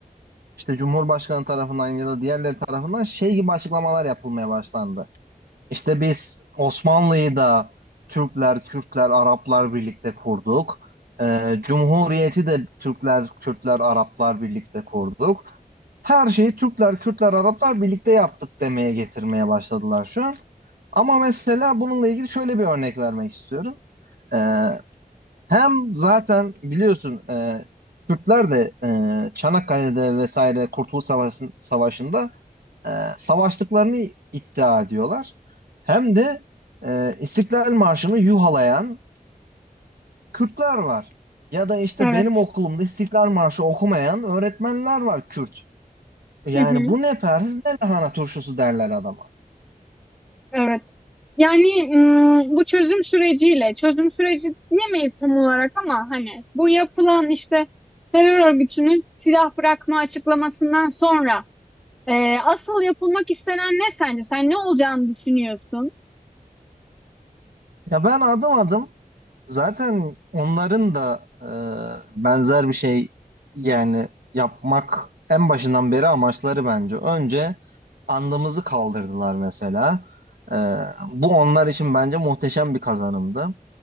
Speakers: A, on the right; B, in the centre.
A: işte Cumhurbaşkanı tarafından ya da diğerleri tarafından şey gibi açıklamalar yapılmaya başlandı. İşte biz Osmanlı'yı da Türkler, Kürtler, Araplar birlikte kurduk. E, Cumhuriyeti de Türkler, Kürtler, Araplar birlikte kurduk her şeyi Türkler, Kürtler, Araplar birlikte yaptık demeye getirmeye başladılar şu an. Ama mesela bununla ilgili şöyle bir örnek vermek istiyorum. Ee, hem zaten biliyorsun e, Kürtler de e, Çanakkale'de vesaire Kurtuluş Savaşı- Savaşı'nda e, savaştıklarını iddia ediyorlar. Hem de e, İstiklal Marşı'nı yuhalayan Kürtler var. Ya da işte
B: Evet.
A: benim okulumda İstiklal Marşı okumayan öğretmenler var Kürt. Yani
B: Hı hı.
A: bu ne perhiz ne lahana turşusu derler adama.
B: Evet. Yani mm, bu çözüm süreciyle, çözüm süreci diyemeyiz tam olarak ama hani bu yapılan işte terör örgütünün silah bırakma açıklamasından sonra e, asıl yapılmak istenen ne sence? Sen ne olacağını düşünüyorsun?
A: Ya ben adım adım zaten onların da e, benzer bir şey yani yapmak en başından beri amaçları bence. Önce andımızı kaldırdılar mesela. E, bu onlar için bence muhteşem bir kazanımdı.